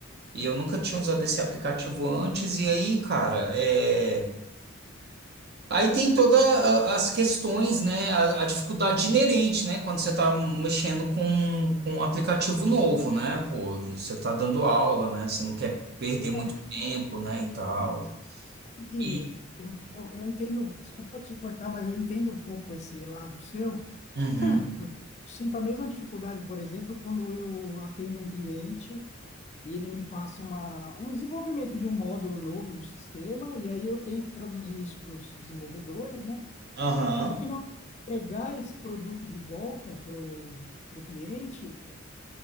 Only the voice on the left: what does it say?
É,
sabe que
eu, eu, eu entendo, desculpa te cortar, mas eu entendo um pouco esse lado seu.
Porque eu sinto a mesma dificuldade, por exemplo, quando eu atendo um cliente e ele me passa uma, um desenvolvimento de um módulo novo do sistema, e aí eu tenho que traduzir isso para os desenvolvedores, né?
Só que na hora de entregar esse produto de volta para o cliente,